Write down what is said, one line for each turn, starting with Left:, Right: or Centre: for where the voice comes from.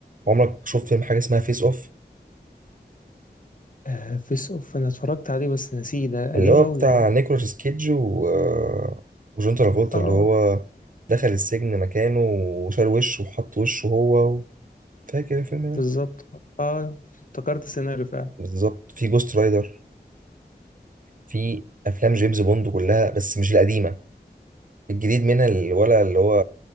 Right: عمرك شفت فيلم حاجه اسمها فيس اوف
Left: آه فيس أوف أنا اتفرجت عليه بس نسيه ده
Right: اللي
Left: قديم
Right: هو
Left: أوي
Right: بتاع
Left: آه
Right: نيكولاس كيدج و... وجون ترافولتا
Left: آه
Right: اللي
Left: آه،
Right: هو دخل السجن مكانه وشال وشه وحط وشه هو فاكر الفيلم
Left: بالظبط
Right: ده
Left: آه افتكرت السيناريو فعلا
Right: بالظبط في جوست رايدر في افلام جيمس بوند كلها بس مش القديمه الجديد منها اللي ولا اللي هو